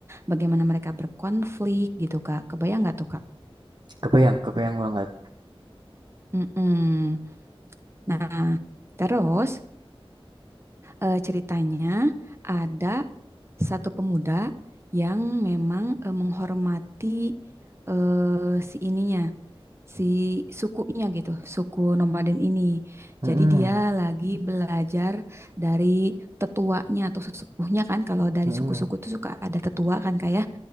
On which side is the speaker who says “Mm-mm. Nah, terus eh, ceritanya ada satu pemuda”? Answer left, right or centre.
Right